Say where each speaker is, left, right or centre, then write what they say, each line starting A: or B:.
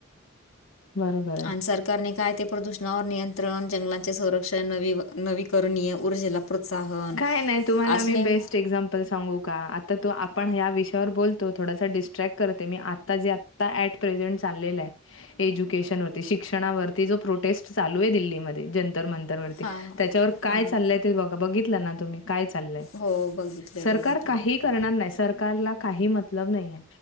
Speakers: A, on the left; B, on the left.
A: बरोबर आहे
B: आणि सरकारने काय ते प्रदूषणावर नियंत्रण जंगलाचे संरक्षण नवी नवीकरणीय ऊर्जेला प्रोत्साहन
A: काय नाही तुम्हाला
B: असले
A: मी बेस्ट एक्झाम्पल सांगू का आता तू आपण ह्या विषयावर बोलं तो थोडासा डिस्ट्रॅक्ट करते मी आता जे आता ऍट प्रेंजेंट चाललेला हाय एज्युकेशन वरती शिक्षणावरती जो प्रोटेस्ट चालू आहे दिल्लीमध्ये जंतर मंत
B: हां
A: त्याच्यावर काय
B: हां
A: चाललंय ते बघा बघित लं ना तुम्ही काय चालंय
B: हो बघितले
A: सरकार
B: बघितलेलं
A: काहीही करणार नाही सर सरकारला काही मतलब नाही